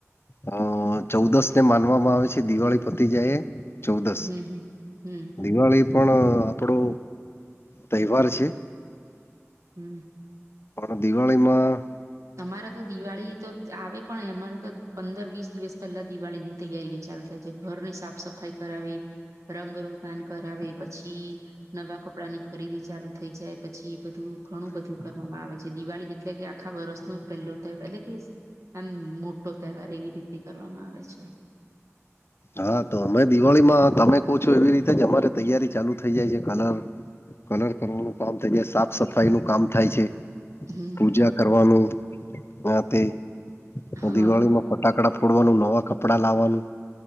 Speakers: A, on the left; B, on the right.
A: હ ચૌદશને માનવામાં આવે છે. દિવાળી પતી જાય એ ચૌદશ,
B: હમ હમ હમ
A: દિવાળી પણ આપણો તહેવાર છે.
B: હમ.
A: પણ દિવાળીમાં
B: અમારે તો દિવાળી તો આવે પણ અમારે તો પંદર વીસ દિવસ પહેલા દિવાળીની તૈયારીઓ ચાલુ થાય છે. ઘરની સાફ સફાઈ કરાવે, રંગરોગાન કરાવે, પછી નવા કપડાની ખરીદી ચાલુ થઈ જાય. પછી બધું ઘણું બધું કરવામાં આવે છે, દિવાળી એટલે કે આખા વરસ પહેલો તહેવાર એટલે કે આમ મોટો તહેવાર એવી રીતે કરવામાં આવે છે.
A: હા, તો અમે દિવાળીમાં તમે કહ છો એવી રીતે જ અમારી તૈયારી થઈ જાય છે. કલર કલર કરવાનું કામ થાય છે. સાફ સફાઈનું કામ થાય છે.
B: હમ
A: પૂજા કરવાનું આ તે ને
B: હા
A: દિવાળીમાં ફટાકડા ફોડવાનું, નવા કપડા લાવવાનું.